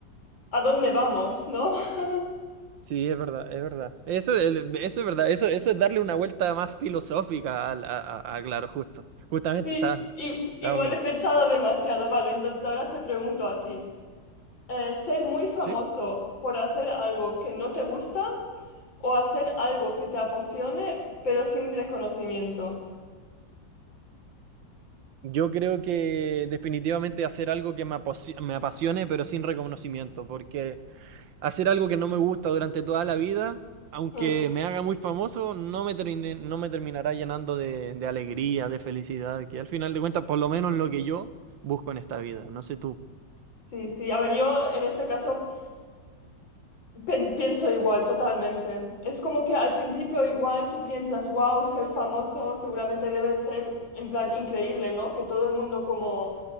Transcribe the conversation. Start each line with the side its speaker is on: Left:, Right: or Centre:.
Left: ¿A dónde vamos, no? <laughs>
Right: Sí, es verdad, es verdad. Eso, el- eso es verdad. Eso, eso es darle una vuelta más filosófica al- a, a- a- claro, justo. Justamente
Left: Sí,
Right: está,
Left: i-
Right: está
Left: igual
Right: bueno.
Left: he pensado demasiado. Vale, entonces ahora te pregunto a ti. Eh, ¿ser muy famoso
Right: ¿Sí?
Left: por hacer algo que no te gusta o hacer algo que te apasione pero sin reconocimiento?
Right: Yo creo que definitivamente hacer algo que me aposi- me apasione, pero sin reconocimiento, porque hacer algo que no me gusta durante toda la vida, aunque
Left: Mm,
Right: me haga muy famoso, no me termine- no me terminará llenando de, de alegría, de felicidad, que al final de cuentas, por lo menos lo que yo busco en esta vida, no sé tú.
Left: Sí, sí. A ver, yo en este caso pen- pienso igual, totalmente. Es como que al principio igual tú piensas, wow, ser famoso seguramente debe ser en plan increíble, ¿no? Que todo el mundo como...